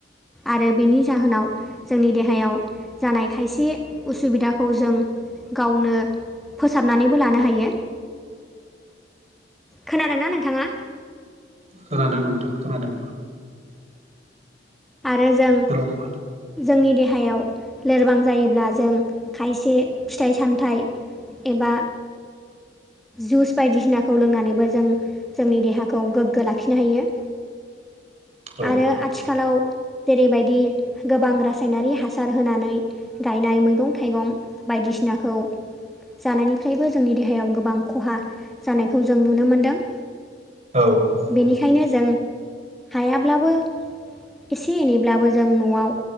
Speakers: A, in the centre; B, on the right.
A: आरो बिनि जाहोनाव जोंनि देहायाव जानाय खायसे उसुबिदाखौ जों गावनो फोसाबनानैबो लानो हायो खोनादोंना नोंथाङा
B: खोनादों नोंथां खोनादों
A: आरो जों
B: खोनादों नोंथां
A: जोंनि देहायाव लोरबां जायोब्ला जों खायसे फिथाइ सामथाइ एबा जुस बायदिसिनाखौ लोंनानैबो जों जोंनि देहाखौ गोग्गो लाखिनो हायो
B: औ
A: आरो आथिखालाव जेरैबायदि गोबां रासायनारि हासार होनानै गायनाय मैगं थाइगं बायदिसिनाखौ जानायनिफ्रायबो जोंनि देहायाव गोबां खहा जानायखौ जों नुनो मोनदों
B: औ औ
A: बेनिखायनो जों हायाब्लाबो एसे एनैब्लाबो जों न'आव